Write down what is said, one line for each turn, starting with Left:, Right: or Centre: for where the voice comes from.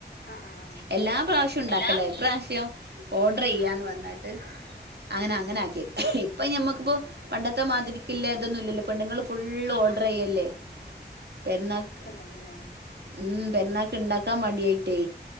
Left: ആഹ് ആഹ് ആഹ് അത്
Right: എല്ലാ
Left: ശരി
Right: പ്രാവശ്യുണ്ടാക്കലാ
Left: എല്ലാ
Right: ഇപ്രാവശ്യം ഓഡ്രയ്യാന്ന്
Left: ഏഹ്
Right: പറഞ്ഞ ണ്ട് അങ്ങന
Left: ആഹ് ആഹ്
Right: അങ്ങനാക്കിക്കാണ്
Left: ആഹ്
Right: ഇപ്പ ഞമ്മക്കിപ്പോ പണ്ടത്തെ മാതിരി ക്ക്‌ല്ലതൊന്നുല്ലല്ലോ പെണ്ണ്ങ്ങള് ഫുള്ള്
Left: ള്
Right: ഓഡ്രയ്യല്ലേ
Left: ഫുൾ
Right: പരുന്നാക്ക്‌
Left: അതന്നെണ്
Right: ഉം പെരുന്നാക്ക്‌ണ്ടാക്കാമടിയായിട്ടേ